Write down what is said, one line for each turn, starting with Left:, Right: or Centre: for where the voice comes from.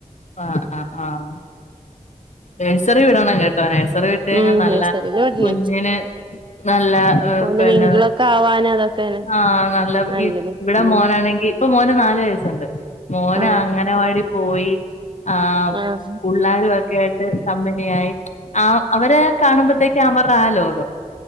Left: ആഹ് ആ ആഹ് നഴ്സറി വിടണം കേട്ടോ നഴ്സറി വിട്ട് കഴിഞ്ഞാൽ
Right: ഉം
Left: നല്ല
Right: നഴ്സറില് വിടണേ
Left: കുഞ്ഞിന് നല്ല
Right: ഒന്ന്
Left: പിന്നെ
Right: മിങ്കിളൊക്കെ ആവാന് അതൊക്കെയാണ്
Left: ആ നല്ല
Right: നല്ലത്
Left: ഇവിടെ
Right: ഉം
Left: മോനാണെങ്കിൽ ഇപ്പൊ മോന് നാല് വയസ്സുണ്ട് മോന
Right: ആഹ്
Left: അങ്ങനവാടി പോയി ആ
Right: ആഹ്
Left: പിള്ളേരുവാ യിട്ട് കമ്പിനിയായി ആ അവരെ കാണുമ്പോത്തേക്ക അവരുടെ ആ ലോകം